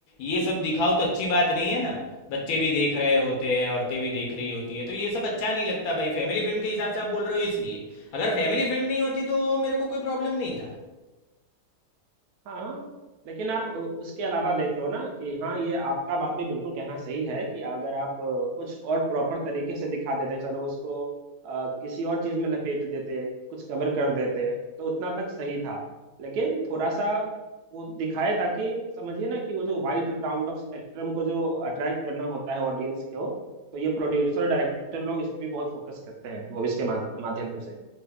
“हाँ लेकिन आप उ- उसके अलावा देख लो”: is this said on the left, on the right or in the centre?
Right